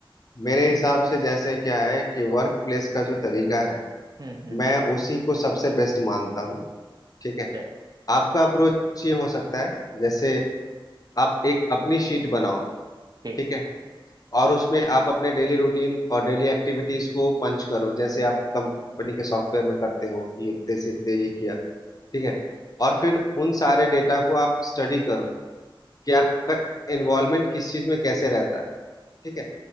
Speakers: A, on the left; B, on the right.
A: मेरे हिसाब से जैसे क्या है कि वर्क प्लेस का जो तरीका है
B: हम्म हम्म
A: मैं उसी को सबसे बेस्ट मानता हूँ ठीक
B: अच्छा,
A: है आपका अप्रोच ये हो सकता है जैसे आप एक अपनी शीट बनाओ
B: ठीक
A: ठीक है और उसमें आप अपने डेली रूटीन और डेली एक्टिविटीज को पंच करो जैसे आप कंपनी के सॉफ्टवेयर में करते हो कि इतने से इतने ये किया ठीक है और फिर उन सारे डेटा को आप स्टडी करो कि आपका इन्वॉल्वमेंट किस चीज में कैसे रहता है ठीक है